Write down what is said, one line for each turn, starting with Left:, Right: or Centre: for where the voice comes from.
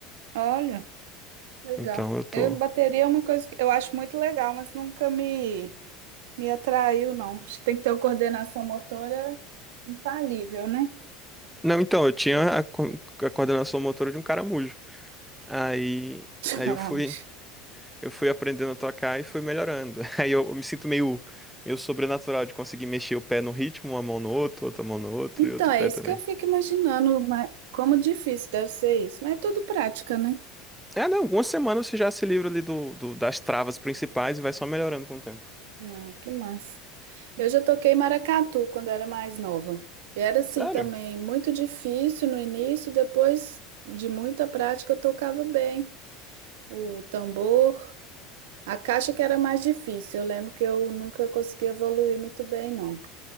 Right: Olha. Legal.
Centre: Então eu tô.
Right: Eu, bateria é uma coisa que eu acho muito legal, mas nunca me, me atraiu, não. Acho que tem que ter uma coordenação motora infalível, né?
Centre: Não, então, eu tinha a, co- a coordenação motora de um caramujo. Aí,
Right: <laughs>
Centre: aí
Right: Caramba.
Centre: eu fui, eu fui aprendendo a tocar e fui melhorando. <laughs> Aí eu, eu me sinto meio, meio sobrenatural de conseguir mexer o pé no ritmo, uma mão no outro, outra mão no outro
Right: Então,
Centre: e outro
Right: é
Centre: pé
Right: isso
Centre: também.
Right: que eu fico imaginando, mas como difícil deve ser isso. Mas é tudo prática, né?
Centre: É, não, algumas semanas você já se livra ali do, do- das travas principais e vai só melhorando com o tempo.
Right: Ah, que massa. Eu já toquei maracatu quando era mais nova. E era assim
Centre: Sério?
Right: também, muito difícil no início, depois de muita prática eu tocava bem o tambor. A caixa que era mais difícil, eu lembro que eu nunca consegui evoluir muito bem, não.